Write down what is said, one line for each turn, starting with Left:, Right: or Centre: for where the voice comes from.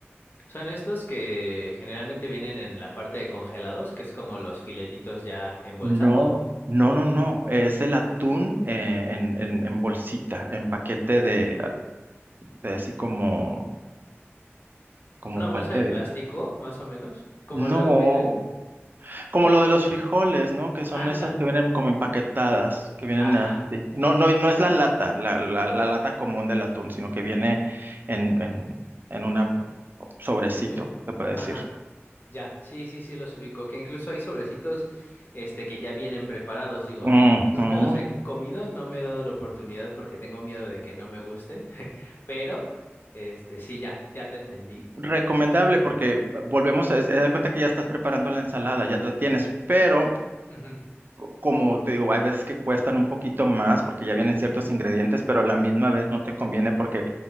Left: Son estos que generalmente vienen en la parte de congelados, que es como los filetitos ya en bolsa
Right: No,
Left: o
Right: no, no, no. Es el atún eh, en, en, en bolsita, en paquete de, ah, de así como, como
Left: una
Right: cuál
Left: bolsa
Right: te
Left: de plástico,
Right: digo.
Left: más o menos. Como
Right: No,
Left: luego vienen.
Right: como lo de los frijoles, ¿no? Que son
Left: Anda.
Right: esas que vienen como empaquetadas, que vienen
Left: Ajá.
Right: así. No, no, no es la lata, la, la, la lata común del atún, sino que viene en, en, en una bu- sobrecito,
Left: sí,
Right: se puede decir.
Left: Ajá. Ya. Sí, sí, sí, los ubico. Que incluso hay sobrecitos, este, que ya vienen preparados. Digo,
Right: Ujú.
Left: n- nunca los he comido, no me he dado la oportunidad porque tengo miedo de que no me gusten. <laughs> Pero, este, sí, ya, ya te entendí.
Right: Recomendable porque eh, volvemos a, es- haz de cuenta que ya estás preparando la ensalada, ya la tienes, pero
Left: Ujú,
Right: como te digo, hay veces que cuestan un poquito más porque ya vienen ciertos ingredientes, pero a la misma vez no te conviene porque